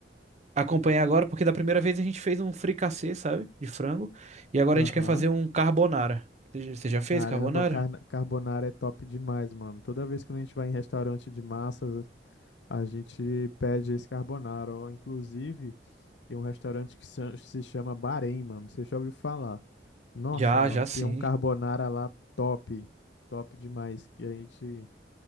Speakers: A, on the right; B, on the left.
A: Acompanhar agora, porque da primeira vez a gente fez um fricassê, sabe? De frango. E agora
B: Aham.
A: a gente quer fazer um carbonara. Você já você já fez
B: Caramba,
A: carbonara?
B: o carna- carbonara é top demais, mano. Toda vez que a gente vai em restaurante de massas, a gente pede esse carbonara. Ó, inclusive, tem um restaurante que se se chama Bahrein, mano. Você já ouviu falar? Nossa,
A: Já,
B: mano,
A: já sim.
B: tem um carbonara lá top. Top demais. Que a gente